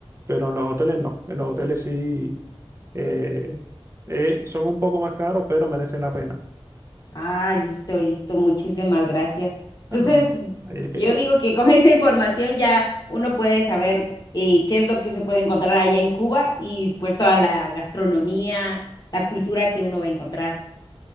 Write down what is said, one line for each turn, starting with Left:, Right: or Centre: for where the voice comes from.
Right: pero en los hoteles no. En los hoteles sí eh, eh, son un poco más caros, pero merecen la pena.
Left: Ah, listo, listo, muchísimas gracias.
Right: Ah,
Left: Entonces,
Right: no, no, ahí es que
Left: yo digo que con <laughs> esa información ya uno puede saber eh, qué es lo que se puede encontrar allá en Cuba y pues toda la gastronomía, la cultura que uno va a encontrar.